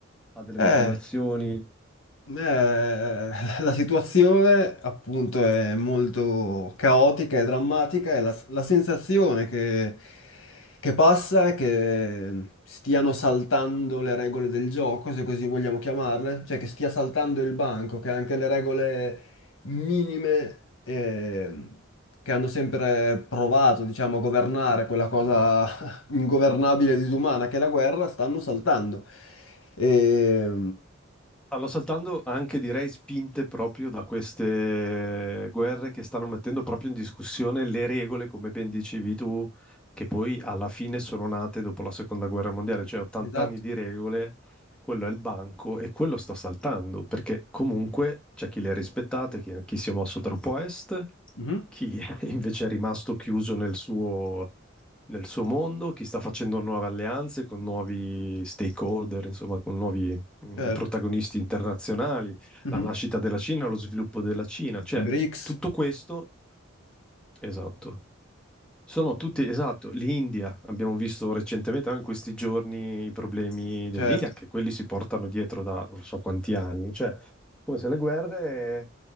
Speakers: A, in the centre; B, on the left.
A: ha delle
B: Eh,
A: motivazioni?
B: Eh, <laughs> la situazione appunto è molto caotica e drammatica e la, la sensazione che, che passa è che stiano saltando le regole del gioco, se così vogliamo chiamarle, cioè che stia saltando il banco, che anche le regole minime eh, che hanno sempre provato, diciamo, a governare quella cosa <laughs> ingovernabile e disumana che è la guerra, stanno saltando. E,
A: Stanno saltando anche, direi, spinte proprio da queste guerre che stanno mettendo proprio in discussione le regole, come ben dicevi tu, che poi alla fine sono nate dopo la seconda guerra mondiale, cioè 80
B: Esatto,
A: anni di regole, quello è il banco e quello sta saltando, perché comunque c'è chi le ha rispettate, chi, chi si è mosso troppo a est,
B: Mhm.
A: chi <laughs> invece è rimasto chiuso nel suo nel suo mondo, chi sta facendo nuove alleanze con nuovi stakeholder, insomma, con nuovi mh,
B: certo.
A: protagonisti internazionali,
B: Mhm.
A: la nascita della Cina, lo sviluppo della Cina, cioè
B: I BRICS,
A: tutto questo, esatto. Sono tutti, esatto, l'India, abbiamo visto recentemente anche in questi giorni i problemi dell'India,
B: certo,
A: che quelli si portano dietro da non so quanti anni, cioè come se le guerre